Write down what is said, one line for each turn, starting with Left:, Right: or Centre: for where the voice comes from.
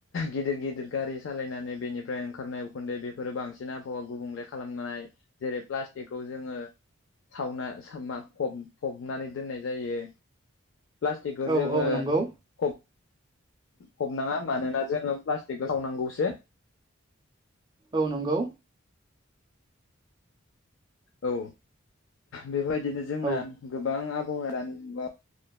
Left: गिदिर गिदिर गारि सालायनानै बेनिफ्राय ओंखारनाय उखुन्दै बेफोरो बांसिन आबहावा गुबुंले खालामनाय जेरै प्लास्टिकखौ जोङो सावना <unintelligible> फबनानै दोननाय जायो। प्लास्टिकखौ
Right: औ नंगौ। औ
Left: जोङो।
Right: औ नंगौ
Left: फब फबनाङा मानोना जोङो प्लास्टिकखो सावनांगौसो।
Right: औ नंगौ।
Left: औ बेबायदिनो जोंना
Right: औ
Left: गोबां आबहावाया दानि जुगाव